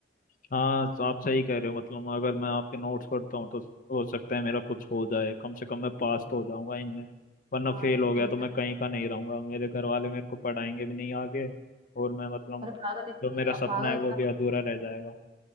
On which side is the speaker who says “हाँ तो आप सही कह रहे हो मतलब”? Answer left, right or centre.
Left